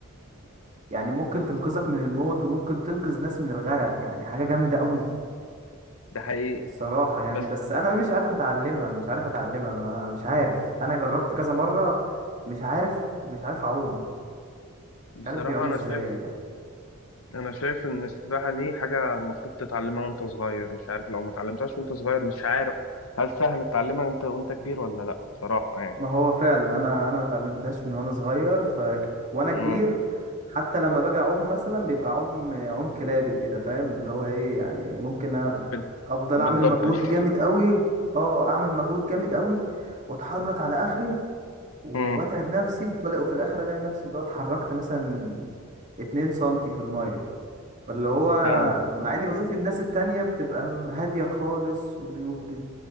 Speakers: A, on the right (about 35°); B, on the left (about 80°).
A: يعني ممكن تنقذك من الموت وممكن تنقذ ناس من الغرق يعني حاجة جامدة قوي
B: ده حقيقي
A: الصراحة يعني
B: بس
A: بس أنا مش عارف أتعلمها مش عارف أتعلمها ما مش عارف أنا جربت كذا مرة مش عارف مش عارف أعوم
B: بصراحة
A: مش عارف بيعوموا
B: أنا
A: إزاي
B: شايف
A: يعني
B: أنا شايف إن السباحة دي حاجة المفروض تتعلمها وأنت صغير مش عارف لو ما اتعلمتهاش وأنت صغير مش عارف هل سهل تتعلمها أنت وأنت كبير ولا لأ بصراحة يعني
A: ما هو فعلا انا انا ما اتعلمتهاش من وانا صغير ف وانا كبير
B: امم
A: حتى لما باجي اعوم مثلا بيبقى عوم عوم كلابي كده فاهم اللي هو ايه يعني ممكن أ-
B: بت...
A: افضل
B: بتضبش
A: اعمل مجهود جامد قوي اه اعمل مجهود جامد قوي واتحرك على اخري واتعب
B: امم
A: نفسي وفي وفي الاخر الاقي نفسي اللي هو اتحركت مثلا 2 سنتي في الميه فاللي هو
B: فاهم
A: مع اني بشوف الناس التانية بتبقى م- هادية خالص وبي... وبي...